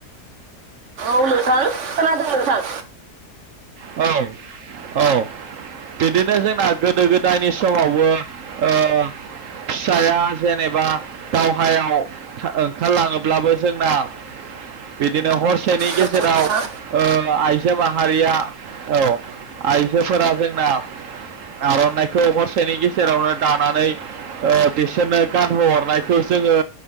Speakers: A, on the right; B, on the right.
A: औ नोंथां खोनादों नोंथां।
B: औ औ बिदिनो जोंना गोदो गोदायनि समावबो ओ फिसाइ आ जेनेबा दावहायाव ओंखारलाङोब्लाबो जोंना बिदिनो हरसेनि गेजेराव
A: नंगौ नोंथां
B: ओ आइजो माहारिया औ आइजोफोरा जोंना आर'नाइखौ हरसेनि गेजेरावनो दानानै ओ बिसोरनो गानहोहरनायखौ जोङो